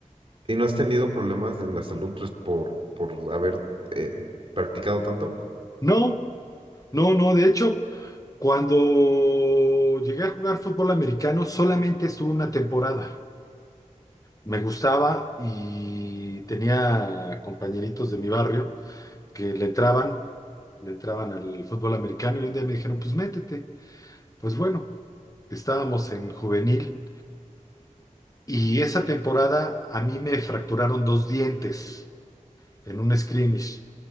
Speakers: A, on the right; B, on the left.
A: ¿Y no has tenido problemas en la salud pues, por, por haber eh, practicado tanto?
B: No, no, no. De hecho, cuando llegué a jugar fútbol americano, solamente estuve una temporada. Me gustaba y tenía compañeritos de mi barrio que le entraban, le entraban al fútbol americano y un día me dijeron, pues métete. Pues bueno, estábamos en juvenil y esa temporada a mí me fracturaron dos dientes en un scrimmage.